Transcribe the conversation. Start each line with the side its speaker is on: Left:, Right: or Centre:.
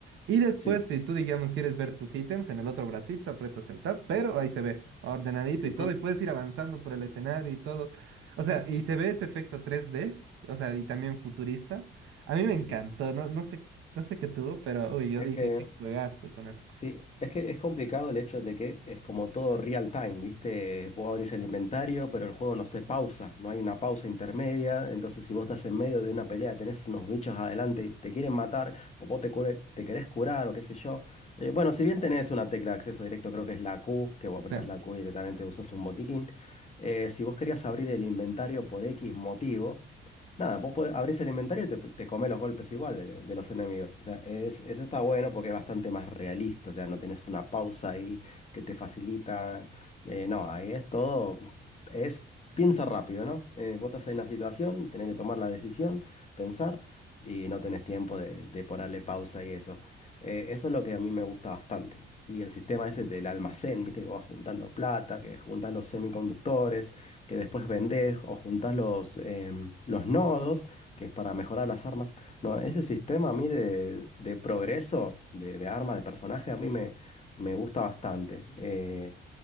Right: Y después,
Left: Sí.
Right: si tú, digamos, quieres ver tus ítems en el otro bracito, aprietas el tab, pero ahí se ve, ordenadito
Left: ujú,
Right: y todo, y puedes ir avanzando por el escenario y todo. O sea, y se ve ese efecto 3D, o sea, y también futurista. A mí me
Left: ujú.
Right: encantó, no, no sé, no sé qué tuvo, pero uy, yo
Left: Es
Right: dije,
Left: que,
Right: qué juegazo con eso.
Left: sí, es que es complicado el hecho de que es como todo real time, ¿viste? Vos abrís el inventario, pero el juego no se pausa, no hay una pausa intermedia. Entonces, si vos estás en medio de una pelea, tenés unos bichos adelante y te quieren matar, o vos te, cure- te querés curar, o qué sé yo. eh, bueno, si bien tenés una tecla de acceso directo, creo que es la Q, que vos apretás
Right: Sí.
Left: la Q y directamente usas un botiquín. eh, si vos querías abrir el inventario por X motivo. Nada, vos podés- abrís el inventario y te, te comés los golpes igual de, de los enemigos. O sea, es- eso está bueno porque es bastante más realista. O sea, no tenés una pausa ahí que te facilita. Eh, no, ahí es todo. Es piensa rápido, ¿no? Eh, vos estás en una situación, tenés que tomar la decisión, pensar y no tenés tiempo de, de ponerle pausa y eso. Eh, eso es lo que a mí me gusta bastante. Y el sistema ese del almacén, viste, que vas juntando plata, que juntas los semiconductores, que después vendés o juntas los, em, los nodos, que es para mejorar las armas. No, ese sistema a mí de, de progreso, de, de arma, de personaje, a mí me, me gusta bastante. Eh,